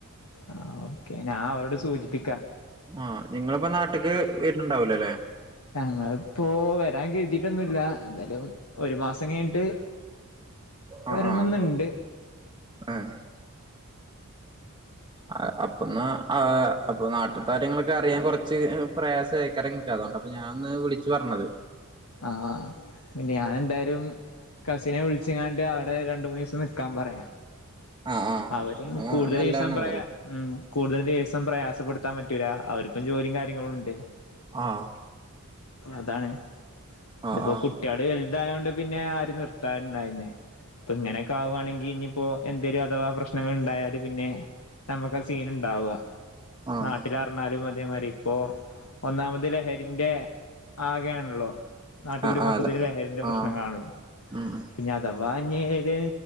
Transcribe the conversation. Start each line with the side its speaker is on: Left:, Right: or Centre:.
Left: ആഹ് ഓക്കേ ഞാൻ അവരോട് സൂചിപ്പിക്കാ
Right: ആഹ് നിങ്ങളിപ്പ നാട്ടിക്ക് വരുന്നുണ്ടാവുല്ലല്ലേ
Left: ഞങ്ങളിപ്പോ വരാൻ കരുതീട്ടൊന്നുമില്ലാ എന്തായാലും ഒരു മാസം കഴിഞ്ഞിട്ട് വരണംന്നുണ്ട്
Right: അഹ് ആഹ് ആഹ് അഹ് അപ്പന്നാ <unintelligible> അപ്പൊ നാട്ട്ത്തെകാര്യങ്ങളൊക്കെ അറിയാൻ കൊറച്ച് പ്രയാസ അയ്ക്കാരംൻക്ക് അതുകൊണ്ടാപ്പൊ ഞാൻ ഒന്ന് വിളിച്ച് പർഞ്ഞത്.
Left: ആഹ് പിന്നെ ഞാനെന്തായാലും കസിനെ വിളിച്ച്ങ്ങാണ്ട് അവിടെ രണ്ടു മൂന്ന് ദിവസം നിക്കാൻ പറയാം.
Right: ആഹ് ആഹ്
Left: അവര കൂടുതൽ
Right: അത് നല്ലതാണ്
Left: ദഈസം <unintelligible> പറയാ
Right: എന്തായാലും
Left: ഉം കൂടുതൽ ദിവസം പ്രയാസപ്പെടുത്താൻ പറ്റൂല അവർക്കും ജോലിയും കാര്യങ്ങളും ഉണ്ട്.
Right: ആഹ്
Left: അതാണ്
Right: ആഹ്
Left: ഇതിപ്പോ
Right: ആഹ്
Left: കുട്ടി കുട്ടികൾ വലുതായതുകൊണ്ട് പിന്നെ ആര് നിർത്താറട്ടുണ്ടായിന്നേ അപ്പൊ ഇങ്ങനെയൊക്കെ ആവുവാണെങ്കിൽ ഇനിപ്പോ എന്തെലും അഥവാ പ്രശ്നങ്ങൾ ഉണ്ടായാലും പിന്നെ നമുക്ക് ആ സീൻ ഉണ്ടാവുക
Right: ആഹ്
Left: നാട്ടിലറഞ്ഞാലും അതേമാതി ഇപ്പോ ഒന്നാമത് ലഹരിന്റെ ആകെയാണല്ലോ നാട്ടുകൂടി
Right: ആഹ് ആഹ്
Left: മൊത്തത്തിന്
Right: ആഹ് അതെ
Left: ലഹരിന്റെ പ്രശ്നങ്ങളാണല്ലോ
Right: ആഹ് ഉം ഉം
Left: ഇനത് അഥവാ അഞ് ഏത